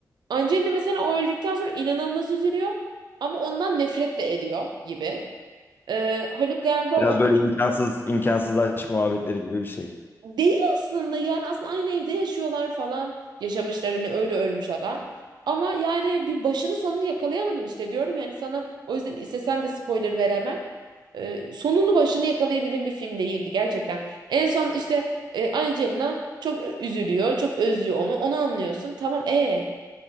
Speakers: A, on the right; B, on the left.
A: Angelina mesela o öldükten sonra inanılmaz üzülüyor. Ama ondan nefret de ediyor gibi. E, Haluk galiba
B: Biraz böyle imkansız imkansız aşk muhabbetleri gibi bir şey.
A: Değil aslında yani aslında aynı evde yaşıyorlar falan yaşamışlar hani öyle ölmüş adam. Ama yani bir başını sonunu yakalayamadım işte diyorum yani sana o yüzden istesen de spoiler veremem. Ee, sonunu başını yakalayabildiğim bir film değildi gerçekten. En son işte e, Angelina çok ö- üzülüyor çok özlüyor onu onu anlıyorsun tamam e